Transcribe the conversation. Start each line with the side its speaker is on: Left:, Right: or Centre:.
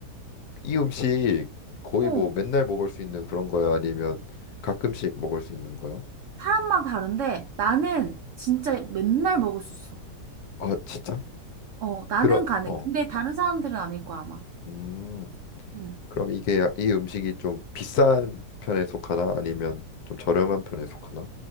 Left: 이 음식 거의
Right: 어,
Left: 뭐 맨날 먹을 수 있는 그런 거야? 아니면 가끔씩 먹을 수 있는 거야?
Right: 사람마다 다른데 나는 진짜 맨날 먹을 수 있어.
Left: 아, 진짜?
Right: 어, 나는
Left: 그러,
Right: 가능.
Left: 어,
Right: 근데 다른 사람들은 아닐 거야, 아마.
Left: 음,
Right: 응.
Left: 그럼 이게 이 음식이 좀 비싼 편에 속하나? 아니면 좀 저렴한 편에 속하나?